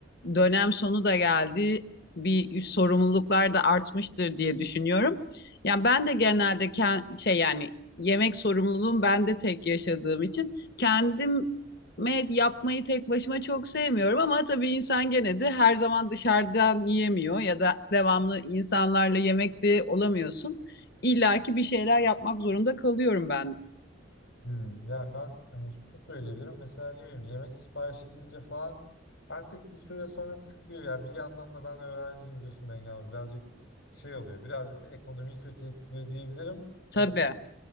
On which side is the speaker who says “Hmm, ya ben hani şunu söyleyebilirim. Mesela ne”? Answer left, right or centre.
Left